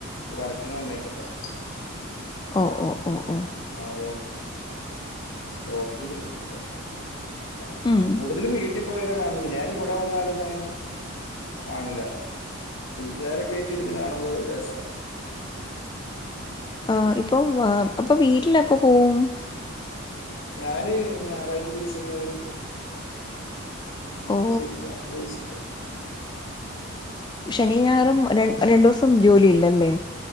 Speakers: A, on the left; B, on the left.
A: വർ ക്കിന്ന് വന്നേക്കപ്പം
B: ഓഹ് ഓഹ് ഓഹ് ഓഹ്
A: ആവോക്ക് സ്‌റ്റോപ്പെയ്ത് വെച്ച്ക്ക അഹ്
B: ഉം
A: കൂടുതലും വീട്ടി പോയാലെ കാണുള്ളു ഞാന് വിടെ വന്നാലൊന്നും അങ്ങനെ കാണില്ല. വീട്ടുകാരൊക്കെ ആയിട്ട് ഇരുന്ന് കാണുമ്പോൾ ഒരു രസാ.
B: ആഹ് ഇപ്പൊ വ അപ്പൊ വീട്ടിലെപ്പം പോവും?
A: ഞാന് ഞായറാഴ്ച ദിവസങ്ങളില്
B: ഓ
A: ശെനി, ഞായർ ദിവസങ്ങൾ
B: ശെനിയും ഞായറും ര രണ്ടു ദിവസം ജോലിയില്ലല്ലേ?